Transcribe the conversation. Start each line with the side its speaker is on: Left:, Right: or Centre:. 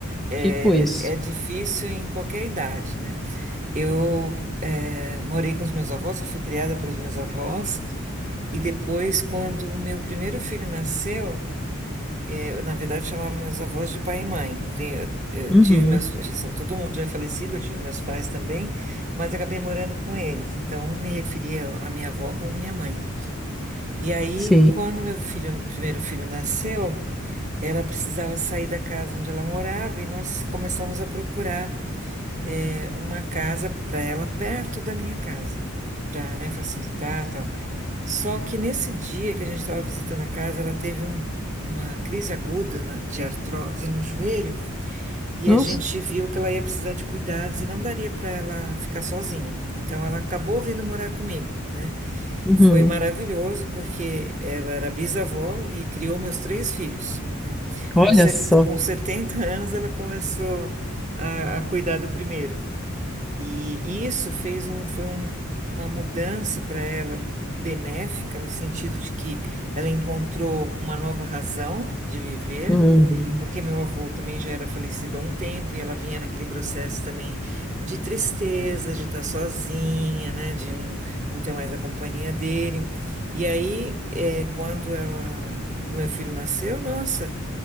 Right: É,
Centre: tipo isso.
Right: é difícil em qualquer idade, né? Eu eh, morei com os meus avós, eu fui criada pelos meus avós. E depois, quando o meu primeiro filho nasceu, eh, eu, na verdade, chamava meus avós de pai e mãe. Eu, tenho- eu
Centre: Uhum,
Right: tive meus, já são todo mundo já é falecido, eu tive meus pais também, mas acabei morando com eles. Então, me referia à minha avó como minha mãe, né? E aí,
Centre: sim.
Right: quando meu filho, primeiro filho nasceu, ela precisava sair da casa onde ela morava e nós começamos a procurar, eh, uma casa para ela perto da minha casa, para, facilitar, tal. Só que nesse dia que a gente estava visitando a casa, ela teve um- uma crise aguda na- de artrose no joelho e
Centre: Nossa.
Right: a gente viu que ela ia precisar de cuidados e não daria para ela ficar sozinha. Então ela acabou vindo morar comigo, né?
Centre: Uhum.
Right: Foi maravilhoso porque ela era bisavó e criou meus três filhos, né?
Centre: Olha
Right: Com, set-
Centre: só.
Right: com 70 anos ela começou a a cuidar do primeiro. E isso fez um, foi um- uma mudança para ela benéfica, no sentido de que ela encontrou uma nova razão de viver,
Centre: Uhum.
Right: porque meu avô também já era falecido há um tempo e ela vinha naquele processo também de tristeza, de estar sozinha, né, de não, não ter mais a companhia dele. E aí, é, quando ela, meu filho nasceu, nossa.